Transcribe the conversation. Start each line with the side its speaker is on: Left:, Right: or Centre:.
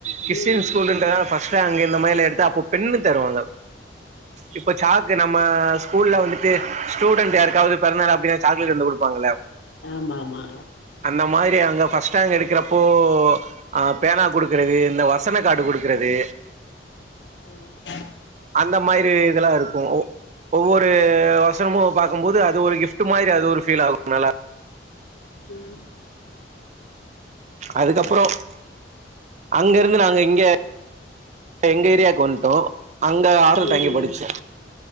Right: கிறிஸ்டின்
Left: ம் ம்
Right: ஸ்கூலுன்றனால ஃபஸ் ட்ரேங் இந்த மாரிலா எடுத்தா அப்போ பென்னு தருவாங்க. இப்ப சாக்கு நம்ம ஸ்கூல்ல வந்துட்டு ஸ்டூடெண்ட் யாருக்காவது பிறந்தாள் அப்டின்னா சாக்லேட் வந்து கொடுப்பாங்கள
Left: ஆமாம்மா
Right: அந்த மாரி அங்க ஃபஸ்ட் ரேங்க் எடுக்கிறப்போ அ பேனா குடுக்கறது இந்த வசன காடு குடுக் குறது
Left: ம்
Right: அந்த மாரி இதெல்லாம் இரு க்கு ஒ ஒவ்வொரு வசனமும் பாக்கும்போது அது ஒரு கிஃப்ட் மாரி அது ஒரு ஃபீல் ஆகும் நல்லா
Left: ம்
Right: அதுக்கப்புறோம் அங்க இருந்து நாங்க இங்கே எங்க ஏரியாக்கு வந்துட்டோம் அங்க ஆஸ்டல்ல தங்கி
Left: ம்
Right: படிச்சோ